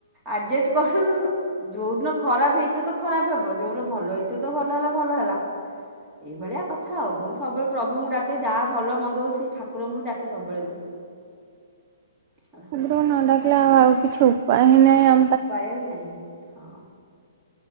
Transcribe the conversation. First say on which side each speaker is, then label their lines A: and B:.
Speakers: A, on the right (about 20°); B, on the right (about 40°).
A: ଆଡଜେଷ୍ଟ୍ କରି ଦବୁ। ଯୋଉ ଦିନ ଖରାପ୍ ହେଇଥିବ ତ ଖରାପ୍ ହେବ। ଯୋଉ ଦିନ ଭଲ ହେଇଥିବ ତ, ଭଲ ହେଲା ଭଲ ହେଲା। ଏଇ ଭଳିଆ କଥା ଆଉ। ମୁଁ ସବୁବେଳେ ପ୍ରଭୁଙ୍କୁ ଡାକେ ଯାହା ଭଲ ମନ୍ଦ ହୋଉଛି, ସେ ଠାକୁରଙ୍କୁ ବି ଡାକେ ସବୁବେଳେ ମୁଁ। ହେଲା
B: ଠାକୁରଙ୍କୁ ନ ଡ଼ାକିଲେ ଆଉ, ଆଉ କିଛି ଉପାୟ ହିଁ ନାହିଁ ଆଉ।
A: ଉପାୟ ହିଁ ନାହିଁ। ହଁ